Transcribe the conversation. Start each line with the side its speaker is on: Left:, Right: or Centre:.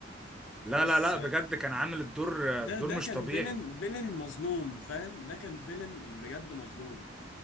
Centre: لا
Left: بس
Centre: لا لا
Left: آه،
Centre: بجد كان عامل الدور
Left: ده
Centre: الدور
Left: ده
Centre: مش
Left: كان
Centre: طبيعي
Left: فيلن فيلن مظلوم فاهم ده كان فيلن بجد مظلوم